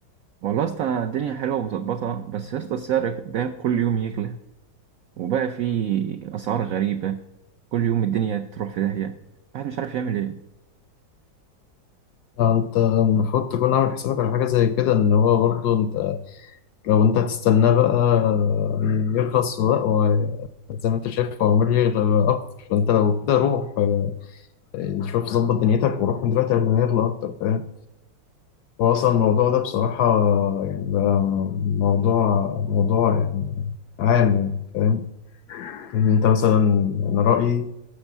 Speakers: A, on the right (about 75°); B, on the left (about 70°).
A: والله يا اسطى أنا الدنيا حلوه ومظبطه بس يا اسطى السعر ده كل يوم يغلى وبقى في اسعار غريبه كل يوم الدنيا تروح في داهيه الواحد مش عارف يعمل ايه
B: آه، أنت المفروض تكون عامل حسابك على حاجة زي كده إن هو برضه أنت لو أنت هتستناه بقى آه، يرخص بقى وه- زي ما أنت شايف هو عمال يغلى أكتر فأنت لو كده روح آه، شوف ظبط دنيتك وروح من دلوقتي قبل ما يغلى أكتر فاهم هو أصلا الموضوع ده بصراحة يعني بقى موضوع موضوع يعني عام يعني فاهم إن أنت مثلا أنا رأيي